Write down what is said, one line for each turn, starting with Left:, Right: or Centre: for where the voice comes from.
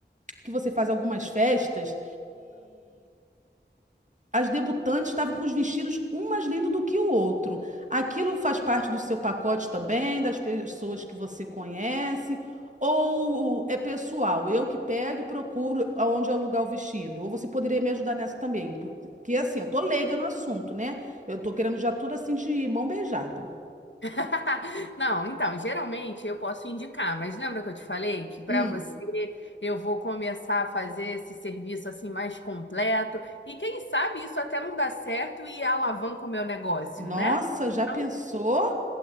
Right: que você faz algumas festas as debutantes estavam com os vestidos um mais lindo do que o outro. Aquilo faz parte do seu pacote também, das pessoas que você conhece, ou é pessoal, eu que pego e procuro aonde alugar o vestido. Ou você poderia me ajudar nessa também, porque assim, eu tô leiga no assunto, né? Eu tô querendo já tudo assim de mão beijada.
Left: <laughs> Não, então, geralmente eu posso indicar, mas lembra que eu te falei que para
Right: Hum.
Left: você eu vou começar a fazer esse serviço assim mais completo e quem sabe isso até não dá certo e alavanca o meu negócio,
Right: Nossa,
Left: né?
Right: já
Left: Então,
Right: pensou?